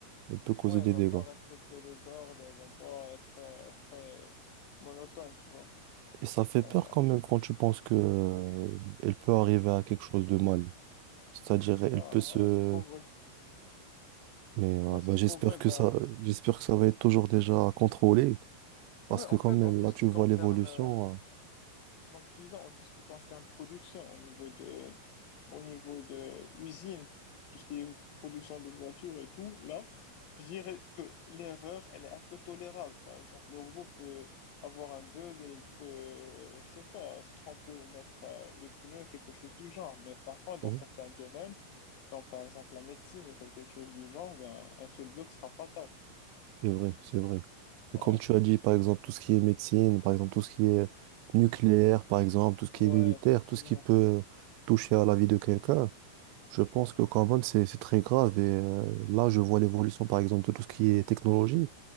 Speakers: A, on the right; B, on the left.
A: Elle peut causer
B: ouais, elle
A: des
B: va
A: dégâts.
B: pas respecter les ordres, elle va pas être euh, très monotone, tu vois.
A: Et ça fait
B: Genre,
A: peur
B: euh,
A: quand même quand tu penses que, euh, elle peut arriver à quelque chose de mal. C'est-à-dire, elle
B: ben,
A: peut se
B: ouais, c'est trop vrai.
A: Mais euh,
B: Ouais, c'est
A: bah, j'espère
B: trop vrai. Ben,
A: que ça, j'espère que ça va être toujours déjà contrôlé,
B: ouais,
A: parce
B: en
A: que quand
B: fait,
A: même,
B: en tout
A: là,
B: ce
A: tu
B: qui
A: vois
B: concerne
A: l'évolution.
B: euh,
A: euh,
B: Comme je disais, en tout ce qui concerne production, au niveau de, au niveau de usine, tout ce qui est production de voitures et tout, là, je dirais que l'erreur, elle est un peu tolérable. Par exemple, le robot peut avoir un bug et il peut, euh, je sais pas, se tromper ou mettre euh, le pneu, quelque chose du genre. Mais par contre,
A: oui,
B: dans certains domaines, comme par exemple la médecine ou quelque chose du genre, ben, un seul bug sera fatal.
A: c'est vrai, c'est vrai.
B: Ouais,
A: Et Comme tu as dit, par exemple, tout ce qui est médecine, par exemple, tout ce qui est nucléaire, par exemple, tout ce qui
B: ouais,
A: est militaire,
B: effectivement.
A: tout ce qui peut toucher à la vie de quelqu'un, je pense que quand même, c'est, c'est très grave. Et euh, là, je vois l'évolution, par exemple, de tout ce qui est technologie.